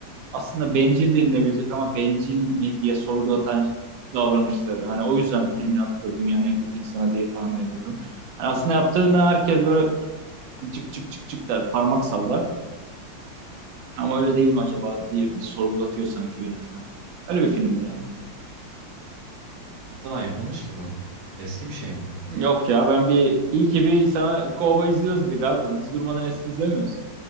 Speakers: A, on the right (about 85°); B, on the right (about 55°).
A: aslında bencil denilebilecek ama bencil mi diye sorgulatan davranışları. Hani o yüzden filmin adı da Dünyanın En Kötü İnsanı diye tahmin ediyorum. Hani aslında yaptığını herkes böyle cık cık cık cık der, parmak sallar. Ama öyle değil mi acaba diye bir sorgulatıyor sanki yönetmen. Öyle bir filmdi. ya.
B: Hmm, Ne zaman yapılmış ki bu? Eski bir şey mi?
A: Yok ya ben bir iyi ki bir sana Cowboy izliyoruz dedik abi. Biz durmadan eski izlemiyoruz.